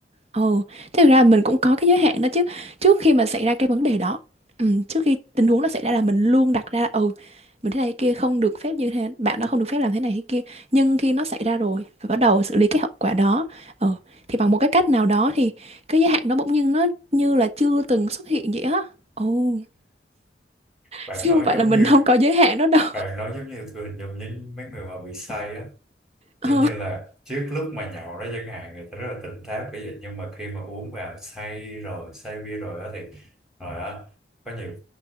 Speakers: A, on the right; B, in the centre.
A: Ồ, thực ra mình cũng có cái giới hạn đó chứ. Trước khi mà xảy ra cái vấn đề đó, ừ, trước khi tình huống nó xảy ra là mình luôn đặt ra là, ừ mình thế này thế kia không được phép như thế, bạn đó không được phép làm thế này thế kia. Nhưng khi nó xảy ra rồi và bắt đầu xử lý cái hậu quả đó, ừ thì bằng một cái cách nào đó thì cái giới hạn đó bỗng nhiên nó như là chưa từng xuất hiện vậy á. Ồ,
B: bạn
A: chứ
B: nói
A: không phải
B: giống
A: là mình
B: như
A: không có giới hạn đó đâu.
B: bạn nói giống như tôi hình dung những mấy người mà bị say á
A: Ờ,
B: giống như là trước lúc mà nhậu đó chẳng hạn người ta rất là tỉnh táo kiểu vậy nhưng mà khi mà uống vào say rồi say bia rồi đó thì rồi á có nhiều